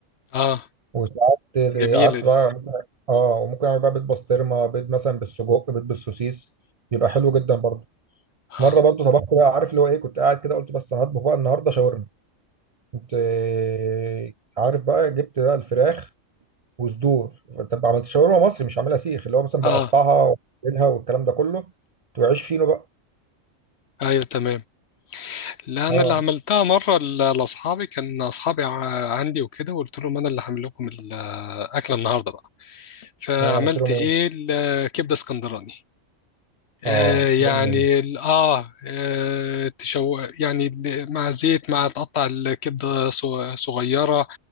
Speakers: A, on the left; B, on the right.
A: اه
B: وساعات
A: جميلة
B: قعدت
A: دي
B: بقى ممكن اه وممكن اعمل بقى بيض بسطرمه بيض مثلا بالسجق بيض بالسوسيس بيبقى حلو جدا برضه
A: اه
B: مره برضه طبخت بقى عارف اللي هو ايه كنت قاعد كده قلت بس انا هطبخ بقى النهارده شاورما كنت آه، عارف بقى جبت بقى الفراخ وصدور طب عملت شاورما مصري مش عاملها سيخ اللي هو مثلا
A: اه
B: بقطعها واعملها والكلام ده كله كنت بعيش فينو بقى
A: ايوه تمام لا انا
B: اه
A: اللي عملتها مره ل- لاصحابي كان اصحابي ع- عندي وكده وقلت لهم انا اللي هعمل لكم الاكله النهارده بقى فعملت
B: اه عملت لهم
A: ايه
B: ايه
A: الكبده اسكندراني آه
B: اه
A: يعني
B: جامده دي
A: ال- اه, آه تشو يعني ال- مع زيت مع تقطع الكبده صغ- صغيره